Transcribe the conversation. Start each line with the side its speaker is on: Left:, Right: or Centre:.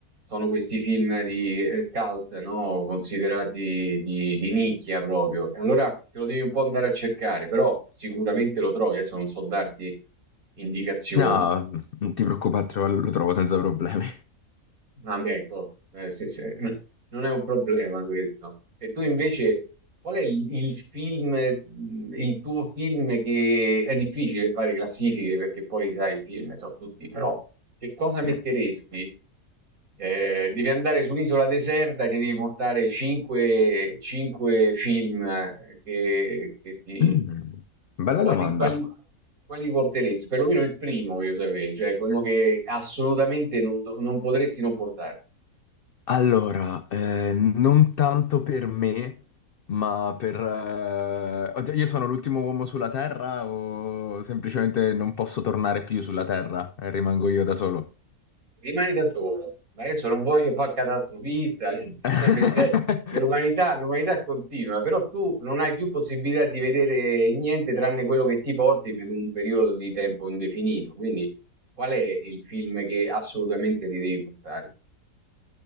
Right: sono questi film di eh, cult, no? Considerati di, di nicchia proprio. E Allora te lo devi un po' andare a cercare, però sicuramente lo trovi. Adesso non so darti indicazioni.
Left: No, non ti preoccupare, lo trovo senza problemi.
Right: Ah, beh, ecco, eh, sì, sì. <laughs> Non è un problema questo. E tu invece, qual è il, il film, mh, il tuo film che è difficile fare classifiche perché poi sai, i film sono tutti, però che cosa metteresti?
Left: Sì.
Right: Eh, devi andare su un'isola deserta e ti devi portare 5, film eh, che, che ti...
Left: Mm. Bella
Right: Quali,
Left: domanda.
Right: quali, quali porteresti? Perlomeno il primo voglio sapere, cioè quello che assolutamente non, do- non potresti non portare.
Left: Allora, eh, non tanto per me, ma per... eh, oddio, Io sono l'ultimo uomo sulla Terra o semplicemente non posso tornare più sulla Terra e rimango io da solo?
Right: Rimani da solo, ma adesso non voglio fare il catastrofista, <laughs>
Left: <laughs>
Right: cioè, l'umanità, l'umanità continua, però tu non hai più possibilità di vedere niente tranne quello che ti porti per un periodo di tempo indefinito, quindi qual è il film che assolutamente ti devi portare?